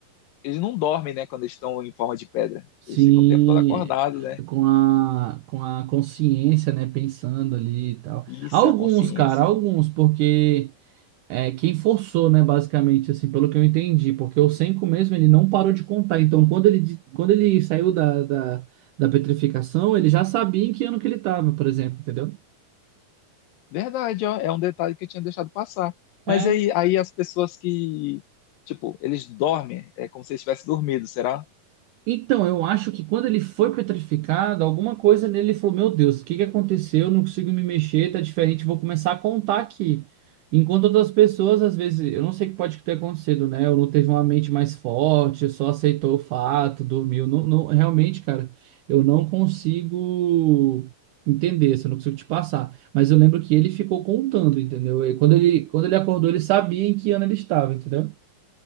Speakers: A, on the left; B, on the right.
A: Eles não dormem, né, quando eles estão em forma de pedra.
B: sim,
A: Eles ficam o tempo todo acordados, né?
B: com a, com a consciência, né, pensando ali e tal.
A: Isso
B: Alguns,
A: é a consciência.
B: cara, alguns, porque é, quem forçou, né, basicamente, assim, pelo que eu entendi, porque o Senko mesmo, ele não parou de contar, então quando ele, di- quando ele saiu da, da, da petrificação, ele já sabia em que ano que ele tava, por exemplo, entendeu?
A: Verdade, ó. É um detalhe que eu tinha deixado passar. Mas
B: É,
A: aí, aí as pessoas que, tipo, eles dormem, é como se eles tivessem dormido, será?
B: Então, eu acho que quando ele foi petrificado, alguma coisa nele falou: Meu Deus, o que que aconteceu? eu Não consigo me mexer, tá diferente, vou começar a contar aqui. Enquanto outras pessoas, às vezes, eu não sei o que pode ter acontecido, né? Ou não teve uma mente mais forte, só aceitou o fato, dormiu. Não, não- realmente, cara, eu não consigo entender, isso, eu não consigo te passar. Mas eu lembro que ele ficou contando, entendeu? E quando ele, quando ele acordou, ele sabia em que ano ele estava, entendeu?